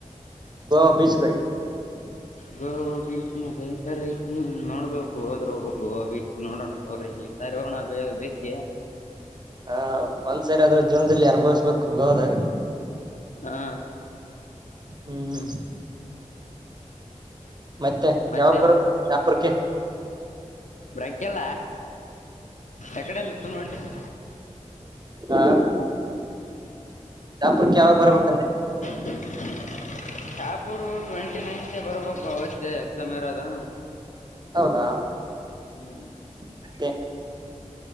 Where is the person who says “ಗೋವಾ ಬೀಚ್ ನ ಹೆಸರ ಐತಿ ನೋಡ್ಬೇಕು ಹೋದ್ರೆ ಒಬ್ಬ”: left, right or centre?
Left